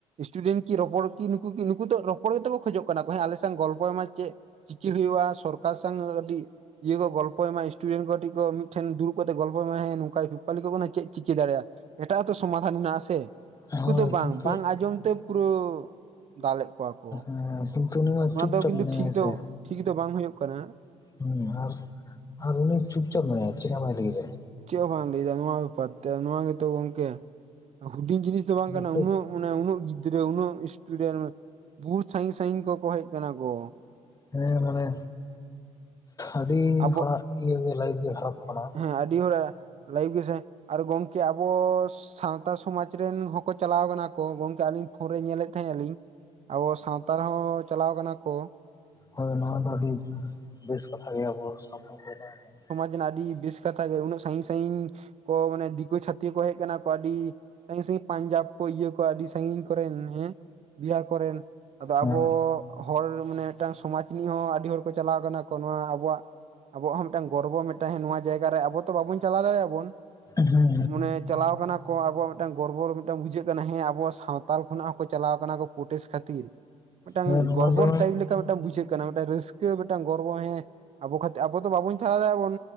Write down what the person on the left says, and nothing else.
ᱦᱳᱭ
ᱠᱤᱱᱛᱩ
<unintelligible>
ᱢᱮᱱᱟᱭᱟ
ᱦᱮᱸ
ᱥᱮ
ᱦᱩᱸ ᱟᱨ ᱟᱨ ᱩᱱᱤ ᱪᱩᱯᱪᱟᱯ ᱢᱮᱱᱟᱭᱟ ᱪᱮᱫ ᱦᱚᱸ ᱵᱟᱭ ᱞᱟᱹᱜᱤᱫᱟᱭ
ᱱᱤᱛᱚᱜ
ᱦᱮᱸ ᱢᱟᱱᱮ ᱟᱹᱰᱤ
ᱦᱚᱲᱟᱜ ᱤᱭᱟᱹ ᱜᱮ ᱞᱟᱭᱤᱯᱷ ᱜᱮ ᱠᱷᱟᱨᱟᱯᱚᱜ ᱠᱟᱱᱟ᱾
ᱦᱳᱭ ᱱᱚᱣᱟ ᱫᱚ ᱟᱹᱰᱤ ᱵᱮᱥ ᱠᱟᱛᱷᱟ ᱜᱮ ᱟᱵᱚ ᱥᱟᱶᱛᱟ ᱠᱚᱨᱮᱱᱜ ᱠᱚᱫᱚ
ᱦᱮᱸ
ᱦᱮᱸ
ᱦᱮᱸ ᱱᱚᱣᱟ
ᱫᱚ